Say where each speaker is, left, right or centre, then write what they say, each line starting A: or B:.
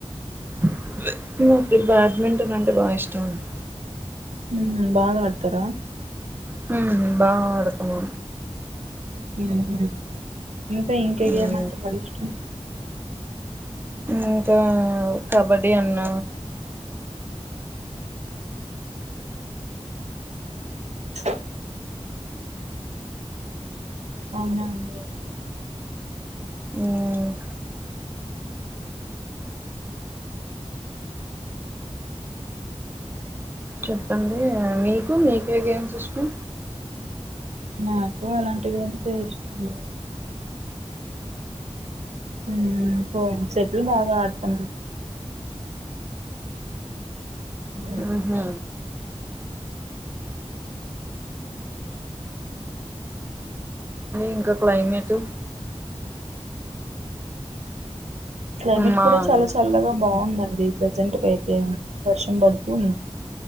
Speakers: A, on the right (about 20°); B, on the right (about 75°).
A: <inaudible> నాకు బ్యాడ్మింటన్ అంటే బాగా ఇష్టం అండి.
B: ఉమ్ బాగ ఆడతరా
A: హుమ్ నేను బాగ ఆడ ఓ
B: ఉహు ఇంకా ఇంకే
A: మ్మ్.
B: గేమ్ అంటే మరి ఇష్టం
A: ఇంకా కబడ్డీ అన్న
B: <inaudible> అవునా అండి
A: మ్మ్ చెప్పండి మీకు మీకే గేమ్స్ ఇష్టం.
B: నాకు అలాంటి గేమ్స్ ఏ ఇష్టమండి ఉమ్ సో సెటిల్ బాగా ఆడతను ఉ
A: ఉహు ఇంక క్లైమేట్
B: క్లైమేట్
A: మా
B: కూడ
A: అవును
B: చాలా చల్లగా బాగుందన్ ప్రెసెంట్ కి అయితే వర్ష్ ఇ పడివు